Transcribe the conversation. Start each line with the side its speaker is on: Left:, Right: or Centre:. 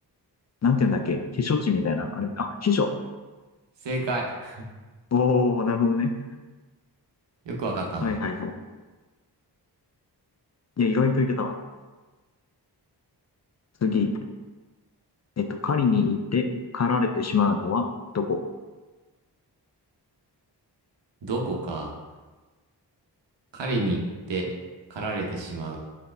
Left: なんて言うんだっけ避暑地みたいな。あれ、あ、避暑。
Right: 正解。<laughs>
Left: おー、なるほどね。
Right: よくわかったな。
Left: はいはいはい。いや、意外といけたわ。次。えっと、狩りに行って狩られてしまうのはどこ
Right: どこか、狩りに行って、狩られてしまう。